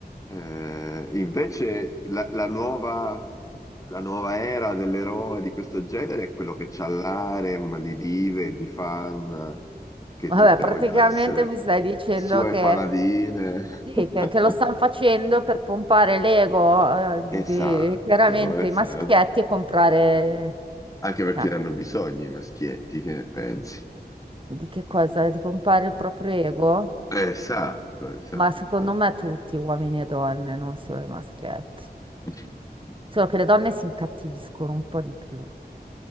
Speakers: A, on the left; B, on the right.
A: Eh, invece la, la nuova, la nuova era dell'eroe di questo genere è quello che c'ha l'harem di dive, di fan, che
B: vabbè,
A: tutte
B: praticamente
A: vogliono essere
B: mi stai dicendo
A: sue
B: che
A: paladine.
B: Sì,
A: <laughs>
B: che, che lo stanno facendo per pompare l'ego, eh, di,
A: Esatto,
B: di- chiaramente
A: esatto.
B: i maschietti e comprare...
A: Anche perché
B: eh,
A: hanno bisogno i maschietti, che ne pensi?
B: di che cosa? Di pompare il proprio ego?
A: Esatto, esatto.
B: Ma secondo me tutti, uomini e donne, non solo i maschietti.
A: <laughs>
B: Solo che le donne si incattiviscono un po' di più.